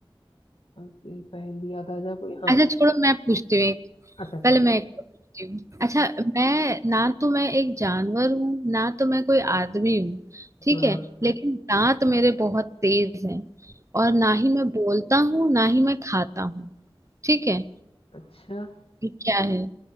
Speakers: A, on the left (about 75°); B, on the right (about 30°).
A: ओके, पहली याद आ जाए कोई हाँ
B: अच्छा छोड़ो मैं पूछती हूँ
A: अच्छा अच्छा
B: पहले मैं
A: पूछ
B: एक और पूछती हूँ अच्छा मैं ना तो मैं एक जानवर हूँ ना तो मैं कोई आदमी हूँ ठीक
A: हाँ
B: है लेकिन दांत मेरे बहुत तेज हैं और ना ही मैं बोलता हूँ ना ही मैं खाता हूँ ठीक है
A: अच्छा
B: ये क्या है